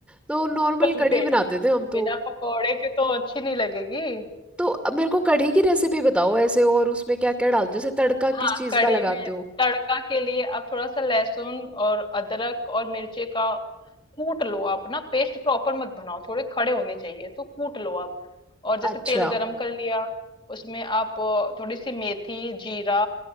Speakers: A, in the centre; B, on the left.
A: तो नॉर्मल
B: अरे
A: कढ़ी
B: यार,
A: बनाते थे हम तो
B: बिना पकौड़े के तो अच्छी नहीं लगेगी
A: तो अब मेरे को कढ़ी की रेसिपी बताओ ऐसे और उसमें क्या क्या डाल जैसे तड़का
B: हाँ
A: किस चीज़
B: कड़ी
A: का लगाते
B: में
A: हो
B: तड़का के लिए आप थोड़ा सा लहसुन और अदरक और मिर्ची का कूट लो आप ना पेस्ट प्रॉपर मत बनाओ थोड़े खड़े होने चाहिए तो कूट लो आप और जैसे
A: अच्छा
B: तेल गरम कर लिया उसमें आप अ, थोड़ी सी मेथी जीरा